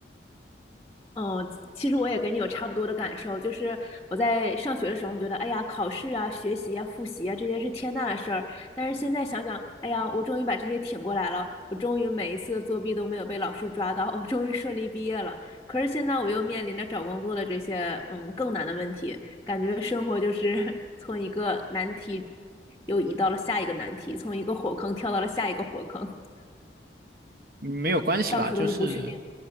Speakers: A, on the left; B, on the right.
A: 嗯，其实我也跟你有差不多的感受，就是我在上学的时候觉得，哎呀，考试啊、学习啊、复习啊，这些是天大的事儿。但是现在想想，哎呀，我终于把这些挺过来了，我终于每一次的作弊都没有被老师抓到，我终于顺利毕业了。可是现在我又面临着找工作的这些，嗯，更难的问题，感觉生活就是 <laughs> 从一个难题又移到了下一个难题，从一个火坑跳到了下一个火坑，
B: 嗯没有关系吧，
A: 到处都是不确定。
B: 就是